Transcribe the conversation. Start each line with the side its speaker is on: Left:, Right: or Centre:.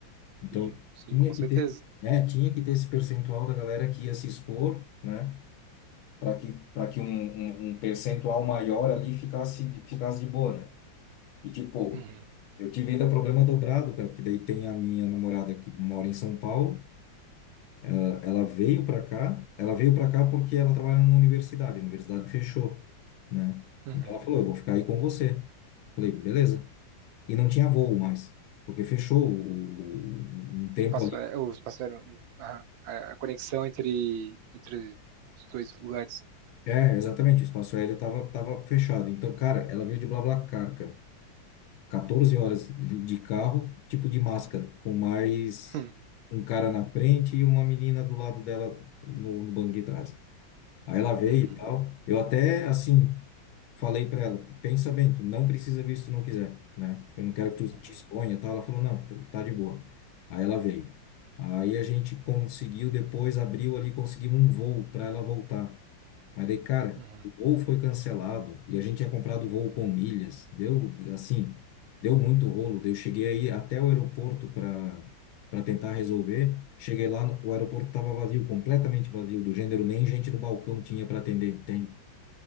Left: Então,
Right: Sim, sim,
Left: tinha
Right: com certeza.
Left: que ter, é, tinha que ter esse percentual da galera que ia se expor, né? Para que, para que um, um, um percentual maior ali ficasse, ficasse de boa, né? E tipo,
Right: Uhum.
Left: eu tive ainda problema dobrado, cara, porque daí tem a minha namorada que mora em São Paulo. ah, Ela veio pra cá. Ela veio pra cá porque ela trabalha numa universidade. A universidade fechou, né?
Right: Uhum.
Left: Então ela falou, eu vou ficar aí com você. Falei, beleza. E não tinha voo mais, porque fechou o- o- um tempo
Right: Espaço
Left: ali.
Right: aéreo, o espaço aéreo, o- a, a conexão entre, entre os dois lugares.
Left: É, exatamente. O espaço aéreo tava, tava fechado. Então, cara, ela veio de BlaBlaCar, cara. 14 horas de de carro, tipo de máscara, com mais
Right: Hum.
Left: um cara na frente e uma menina do lado dela no, no banco de trás. Aí ela veio
Right: Uhum.
Left: e tal. Eu até, assim, falei pra ela, pensa bem, tu não precisa vir se tu não quiser, né? Eu não quero que tu
Right: Uhum.
Left: te exponha e tal. Ela falou, não, tá tá de boa. Aí ela veio. Aí a gente conseguiu, depois abriu ali, conseguimos um voo para ela voltar. Mas daí, cara,
Right: Uhum.
Left: o voo foi cancelado e a gente tinha comprado o voo com milhas. Deu, assim, deu muito rolo. Daí Eu cheguei aí até o aeroporto para para tentar resolver. Cheguei lá, o aeroporto estava vazio, completamente vazio, do gênero nem gente no balcão tinha para atender, entende?